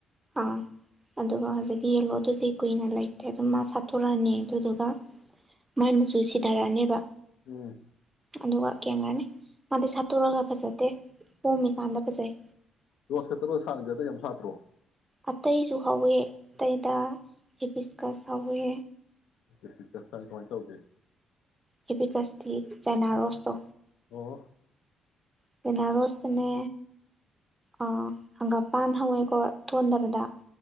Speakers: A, on the right; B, on the left.
A: ꯑꯥ ꯑꯗꯨꯒ ꯍꯧꯖꯤꯛꯀꯤ ꯌꯦꯂꯣꯗꯨꯗꯤ ꯀꯨꯏꯅ ꯂꯩꯇꯦ ꯑꯗꯨꯝ ꯃꯥ ꯁꯥꯊꯣ ꯔꯛ ꯑꯅꯤ ꯑꯗꯨꯗꯨꯒ ꯃꯥꯏ ꯃꯆꯨ ꯁꯤꯊꯔꯛꯑꯅꯤꯕ
B: ꯎꯝ
A: ꯑꯗꯨꯒ ꯀꯦꯟꯈꯔꯅꯤ ꯃꯥꯗꯤ ꯁꯥꯠꯇꯣꯔꯛ ꯑꯒ ꯐꯖꯗꯦ ꯄꯣꯝꯃꯤꯀꯥꯟꯗ ꯐꯖꯩ
B: ꯔꯣꯁ ꯈꯛꯇꯔꯣ ꯁꯥꯠꯂꯤꯁꯦ ꯑꯇꯩ ꯌꯥꯝ ꯁꯥꯠꯇ꯭ꯔꯣ
A: ꯑꯇꯩꯁꯨ ꯍꯧꯋꯦ ꯑꯇꯩꯗ ꯍꯦꯕꯤꯁꯀ꯭ꯁ ꯍꯧꯋꯦ
B: ꯍꯦꯕꯤꯁꯀ꯭ꯁ ꯍꯥꯏꯁꯦ ꯀꯃꯥꯏ ꯇꯧꯒꯦ
A: ꯍꯦꯕꯤꯁꯀ꯭ꯁꯇꯤ ꯖꯤꯅꯥ ꯔꯣꯁꯇꯣ
B: ꯑꯣ
A: ꯆꯤꯅ ꯔꯣꯁꯇꯅꯦ ꯑꯥ ꯍꯪꯒꯥꯝꯄꯥꯟ ꯍꯥꯏꯕꯥꯀꯣ ꯊꯣꯟꯗꯕꯗ